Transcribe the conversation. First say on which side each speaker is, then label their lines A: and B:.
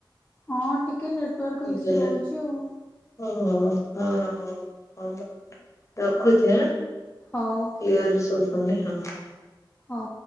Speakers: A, on the left; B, on the left.
A: ହଁ ଟିକେ ଟିକେ ନେଟୱାର୍କ
B: ଶୁଭିଲା
A: ଇସ୍ୟୁ ରହୁଛି ଆଉ।
B: ଓହୋ ହଁ ହଉ ହଉ ମୁ ରଖୁଛିଁ ଆଁ।
A: ହଉ
B: କ୍ଲିୟର ଶୁଭ ତୁନେ ହଁ
A: ହଁ